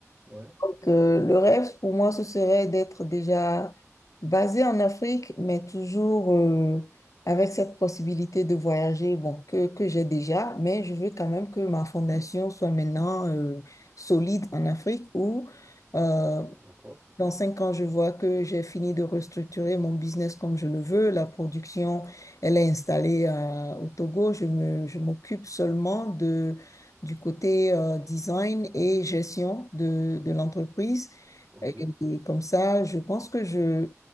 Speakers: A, on the right; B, on the left.
A: Ouais,
B: Donc, euh, le rêve pour moi, ce serait d'être déjà basé en Afrique, mais toujours euh, avec cette possibilité de voyager, bon, que, que j'ai déjà, mais je veux quand même que ma fondation soit maintenant euh, solide en Afrique où euh,
A: d'accord.
B: dans cinq ans, je vois que j'ai fini de restructurer mon business comme je le veux. La production, elle est installée à- au Togo. Je me, je m'occupe seulement de, du côté euh, design et gestion de, de l'entreprise.
A: Ok,
B: Et, et comme ça, je pense que je,